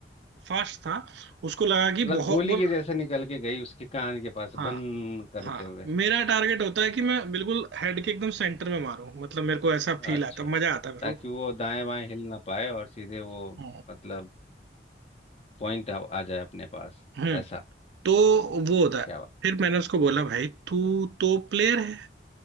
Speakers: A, on the right; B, on the left.
A: फास्ट था उसको लगा कि
B: मतलब
A: बहुत
B: गोली
A: बोल
B: के जैसे निकल के गई उसके कान के पास
A: हाँ
B: भन करते
A: हाँ
B: हुए
A: मेरा टारगेट होता है कि मैं बिल्कुल हेड के एकदम सेंटर में मारूं मतलब मेरे को ऐसा
B: अच्छा
A: फील आता मजा आता है मेरे
B: ताकि
A: को
B: वो दाएं बाएं हिल ना पाए और सीधे वो
A: हम्म
B: मतलब पॉइंट आ, आ जाए अपने पास
A: हम्म
B: ऐसा
A: तो वो होता है
B: क्या हुआ
A: फिर मैंने उसको बोला भाई तू तो प्लेयर है